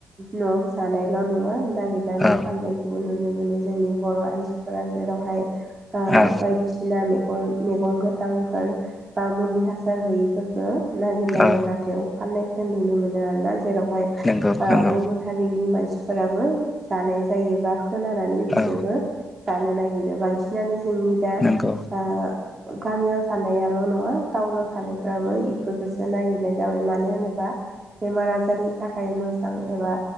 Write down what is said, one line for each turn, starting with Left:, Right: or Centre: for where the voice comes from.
Right: न'आव जानायल' नङा नागिरनानै
Left: औ
Right: फाननायखौबो नुनो मो जोंनि बर' आइजोफोरा जेरावहाय ओ
Left: औ
Right: बायदिसिना ना मैगं मैगं गोथांफोर बा मुलि हासार होयिफोरखौ नागिरनानै
Left: औ
Right: हाथायाव फाननायखौ नुनो मोनो आरोना जेरावहाय
Left: नंगौ नंगौ
Right: गुबुन हारिनि मानसिफोराबो जानाय जायोबा खोनानानै बिसोरबो
Left: औ
Right: जानो नागिरो बांसिनानो जोंनि दा
Left: नंगौ
Right: ओ गामियाव थानायाल' नङा टाउनाव थानायफ्राबो इफोरखौसो नागिरनाय जाबाय म मानो होनोबा बेमार आजारनि थाखाय मोजां एबा